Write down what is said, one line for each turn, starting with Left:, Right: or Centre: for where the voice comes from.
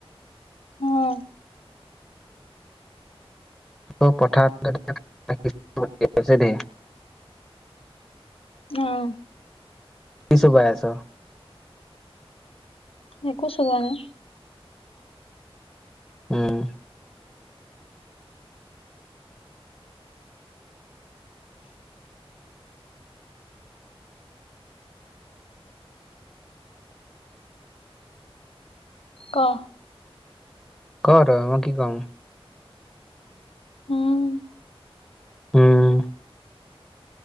Left: উম
Centre: ত পথাৰত <unintelligible> দেই
Left: উম
Centre: কি চোবাই আছ?
Left: একো চুবোৱা নাই।
Centre: উম।
Left: ক'।
Centre: ক' তই মই কি কম?
Left: উম
Centre: উম।